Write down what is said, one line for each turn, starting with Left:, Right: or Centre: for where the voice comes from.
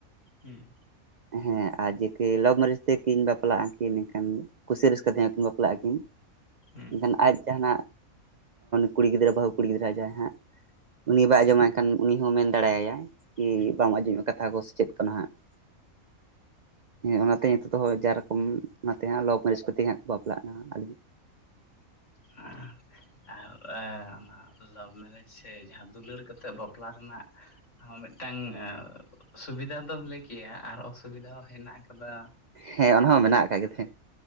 Left: ᱦᱩᱸ
Right: ᱦᱮᱸ ᱟᱨ ᱡᱮᱠᱤ ᱞᱚᱵᱷ ᱢᱮᱨᱮᱡ ᱛᱮᱠᱤᱧ ᱵᱟᱯᱞᱟᱜᱼᱟ ᱠᱤᱱ ᱤᱠᱷᱟᱱ ᱠᱩᱥᱤ ᱨᱟᱹᱥᱠᱟᱹ ᱛᱟᱦᱮᱸ ᱠᱤᱱ ᱵᱟᱯᱞᱟᱜᱼᱟᱠᱤᱱ
Left: ᱦᱩᱸ
Right: ᱮᱱᱠᱷᱟᱱ ᱟᱡ ᱡᱟᱦᱟᱱᱟᱜ ᱠᱩᱲᱤ ᱜᱤᱫᱽᱨᱟᱹ ᱵᱟᱹᱦᱩ ᱠᱩᱲᱤ ᱜᱤᱫᱽᱨᱟᱹ ᱡᱟᱦᱟᱸᱭ ᱦᱟᱸᱜ ᱩᱱᱤ ᱵᱟᱭ ᱟᱸᱡᱚᱢᱟᱭ ᱮᱱᱠᱷᱟᱱ ᱩᱱᱤ ᱦᱚᱸ ᱢᱮᱱ ᱫᱟᱲᱮᱟᱭᱟᱭ ᱠᱤ
Left: ᱦᱩᱸ
Right: ᱵᱟᱢ ᱟᱸᱡᱚᱢᱚᱜᱼᱟ ᱠᱟᱛᱷᱟ ᱠᱚ ᱥᱮ ᱪᱮᱫ ᱠᱟᱱᱟ ᱦᱟᱸᱜ ᱻ ᱦᱮᱸ ᱚᱱᱟᱛᱮ ᱱᱤᱛᱚᱜ ᱦᱚᱸ ᱡᱟ ᱨᱚᱠᱚᱢ ᱚᱱᱟᱛᱮ ᱦᱟᱸᱜ ᱞᱚᱵ ᱢᱮᱨᱮᱡᱽ ᱠᱚᱛᱮ ᱦᱟᱸᱜ ᱠᱚ ᱵᱟᱯᱞᱟᱜ ᱠᱟᱱᱟ ᱟᱹᱞᱤᱧ
Left: ᱦᱟᱸ ᱚᱱᱟ ᱞᱟᱵᱷ ᱢᱮᱨᱮᱡᱽ ᱥᱮ ᱡᱟᱦᱟᱸ ᱫᱩᱞᱟᱹᱲ ᱠᱟᱛᱮᱫ ᱵᱟᱯᱞᱟ ᱨᱮᱱᱟᱜ ᱢᱤᱫᱴᱟᱝ ᱥᱩᱵᱤᱫᱷᱟ ᱫᱚᱢ ᱞᱟᱹᱭ ᱠᱮᱭᱟ ᱟᱨ ᱚᱥᱩᱵᱤᱫᱟ ᱦᱚᱸ ᱦᱮᱱᱟᱜ ᱠᱟᱫᱟ
Right: ᱦᱮᱸ ᱚᱱᱟ ᱦᱚᱸ ᱢᱮᱱᱟᱜ ᱠᱟᱫ ᱜᱮ ᱛᱟᱦᱮᱸᱜ